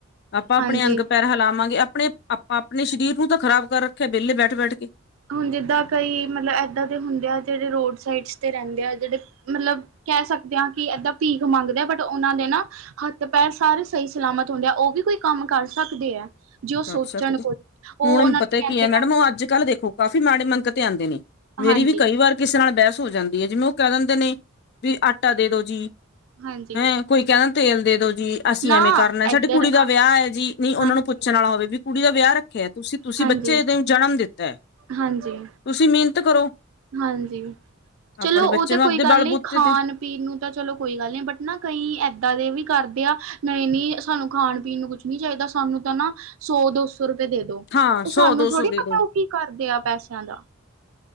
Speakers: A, on the left (about 50°); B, on the right (about 65°).
A: ਆਪਾਂ ਆਪਣੇ
B: ਹਾਂਜੀ
A: ਅੰਗ ਪੈਰ ਹਿਲਾਵਾਂਗੇ ਆਪਣੇ ਆਪਾਂ ਆਪਣੇ ਸਰੀਰ ਨੂੰ ਤਾਂ ਖ਼ਰਾਬ ਕਰ ਰੱਖਿਆ ਵਿਹਲੇ ਬੈਠ ਬੈਠ ਕੇ
B: ਹੁਣ ਜਿੱਦਾਂ ਕਈ ਮਤਲਬ ੱਦਾਂ ਦੇ ਹੁੰਦੇ ਆ ਜਿਹੜੇ ਰੋਡ ਸਾਈਡਸ ਤੇ ਰਹਿੰਦੇ ਆ ਜਿਹੜੇ ਮਤਲਬ ਕਹਿ ਸਕਦੇ ਹਾਂ ਕਿ ਏਦਾਂ ਭੀਖ ਮੰਗਦੇ ਆ ਬਟ ਉਹਨਾਂ ਨੇ ਨਾ ਹੱਥ ਪੈਰ ਸਾਰੇ ਸਹੀ ਸਲਾਮਤ ਹੁੰਦੇ ਆ ਉਹ ਵੀ ਕੋਈ ਕੰਮ ਕਰ ਸਕਦੇ ਹੈ ਜੇ ਉਹ
A: ਕਰ
B: ਸੋਚਣ
A: ਸਕਦੇ
B: ਕੁਝ ਉਹ
A: ਹੁਣ
B: ਉਹਨਾਂ
A: ਪਤਾ
B: ਨੂੰ
A: ਕੀ
B: ਕਹਿੰਦੇ
A: ਹੈ ਮੈਡਮ
B: ਆ
A: ਉਹ ਅੱਜ ਕੱਲ ਦੇਖੋ ਕਾਫ਼ੀ ਮਾੜੇ ਮੰਗ ਤੇ ਆਉਂਦੇ ਨੇ ਮੇਰੀ
B: ਹਾਂਜੀ
A: ਵੀ ਕਈ ਵਾਰ ਕਿਸੇ ਨਾਲ ਬਹਿਸ ਹੋ ਜਾਂਦੀ ਹੈ ਜਿਵੇਂ ਉਹ ਕਹਿ ਦਿੰਦੇ ਨੇ ਵੀ ਆਟਾ ਦੇ ਦੋ ਜੀ
B: ਹਾਂਜੀ
A: ਹੈਂ ਕੋਈ ਕਹਿੰਦਾ ਤੇਲ ਦੇ ਦੋ ਜੀ ਅਸੀਂ
B: ਨਾ
A: ਐਵੇਂ ਕਰਨਾ ਸਾਡੇ
B: ਇੱਧਰ
A: ਕੁੜੀ ਦਾ ਵਿਆਹ ਹੈ ਜੀ ਨਹੀਂ
B: ਹਾਂਜੀ
A: ਉਹਨਾਂ ਨੂੰ ਪੁ ਪੁੱਛਣ ਵਾਲਾ ਹੋਵੇ ਕੁੜੀ ਦਾ ਵਿਆਹ ਰੱਖਿਆ ਤੁਸੀਂ ਤੁਸੀਂ
B: ਹਾਂਜੀ
A: ਬੱਚੇ ਦਿਨ ਚੜਨ ਦਿੱਤਾ ਹੈ
B: ਹਾਂਜੀ
A: ਤੁਸੀਂ ਮਿਹਨਤ ਕਰੋ
B: ਹਾਂਜੀ
A: ਆਪਣੇ
B: ਚਲੋ ਉਹ
A: ਬੱਚੇ
B: ਤਾਂ
A: ਨੂੰ
B: ਕੋਈ
A: ਆਪਦੇ
B: ਗੱਲ
A: ਬਲ
B: ਨਹੀਂ
A: ਬੂਤੇ
B: ਖਾਣ
A: ਤੇ
B: ਪੀਣ ਨੂੰ ਤਾਂ ਚਲੋ ਕੋਈ ਗੱਲ ਨੀ ਬਟ ਨਾ ਕਈ ਏਦਾਂ ਦੇ ਵੀ ਕਰਦੇ ਆ ਨਵੇਂ ਨੀ ਸਾਨੂੰ ਖਾਣ ਪੀਣ ਨੂੰ ਕੁਛ ਨਹੀਂ ਚਾਹੀਦਾ ਸਾਨੂੰ ਤਾਂ ਨਾ ਸੌ ਦੋਸ ਸੋ ਰੁਪਏ ਦੇ ਦੋ
A: ਹਾਂ ਸੌ
B: ਉਹ ਸਾਨੂੰ
A: ਦੋ
B: ਥੋੜੀ
A: ਸੌ ਦੇ
B: ਪਤਾ
A: ਦੋ
B: ਉਹ ਕੀ ਕਰਦੇ ਆ ਪੈਸਿਆਂ ਦਾ